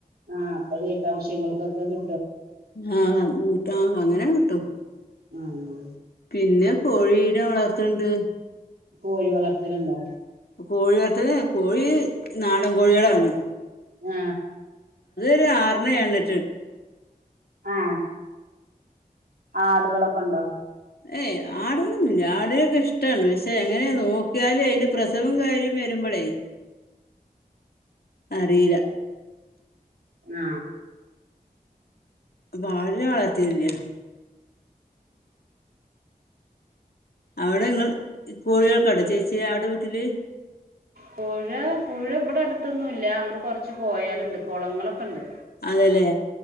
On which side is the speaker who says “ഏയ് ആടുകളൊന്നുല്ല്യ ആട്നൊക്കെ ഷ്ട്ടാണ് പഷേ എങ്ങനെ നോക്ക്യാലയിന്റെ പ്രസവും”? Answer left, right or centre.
Left